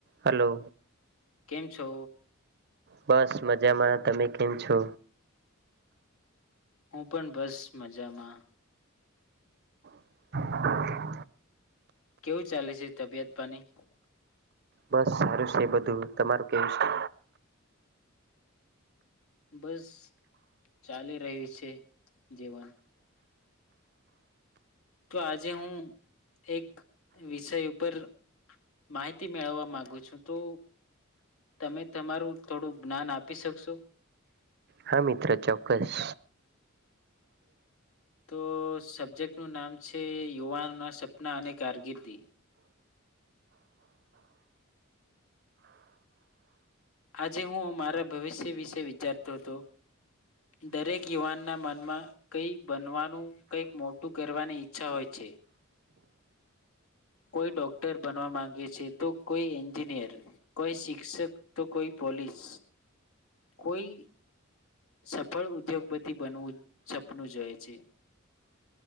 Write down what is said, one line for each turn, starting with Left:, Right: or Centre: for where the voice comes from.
Right: Hello,
Left: કેમ છો
Right: બસ મજામાં તમે કેમ છો?
Left: હું પણ બસ મજામાં.
Right: <inaudible>
Left: કેવું ચાલે છે તબિયત પાની.
Right: બસ સારું છે બધું તમારું કેવું છે?
Left: બસ ચાલી રહ્યું છે જીવન. તો આજે હું એક વિષય ઉપર માહિતી મેળવવા મામાંગુ છું તો તમે તમારું થોડું જ્ઞાન આપી શકશો?
Right: હા મિત્ર ચોક્કસ.
Left: તો સબ્જેક્ટનું નામ છે યુવાનોના સપના અને કારકિર્દી. આજે હું મારા ભવિષ્ય વિશે વિચારતો હતો, દરેક યુવાનના મનમાં કઈ બનવાનું કઈક મોટું કરવાની ઈચ્છા હોય છે. કોઈ ડોક્ટર બનવા માંગે છે તો કોઈ એન્જિનિયર, કોઈ શિક્ષક તો કોઈ પોલીસ. કોઈ સફળ ઉદ્યોગપતિ બનવું સપનું જોએ છે,